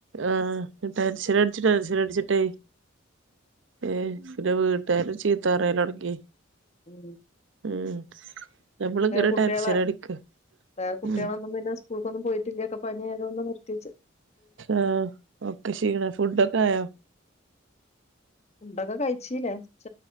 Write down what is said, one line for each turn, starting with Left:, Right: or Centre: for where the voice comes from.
Right: ആഹ് ടെൻഷനട് ച്ച് ടെൻഷൻ ച്ചിട്ടേ ഏ പിന്നെ വീട്ടാരുംചീത്തപറയലോടങ്ങി
Left: ഉം
Right: ഉം നമ്മള് ങ്ങനെ
Left: ഏ, കുട്ടികളെ
Right: ടെൻഷനടിക്ക്
Left: ഏ, കുട്ടികളൊന്നും
Right: ഉം
Left: പിന്നെ സ്കൂൾക്കൊന്നും പോയിട്ടില്ല പനിയായതൊണ്ട് നിർത്ത്യ ച്ച്
Right: ആഹ് ഓക്കെ ക്ഷീണാ ഫുഡ് ഒക്കെ ആയോ
Left: ഫുഡോക്കെ കഴിച്ചില്ലേ ഉച്ച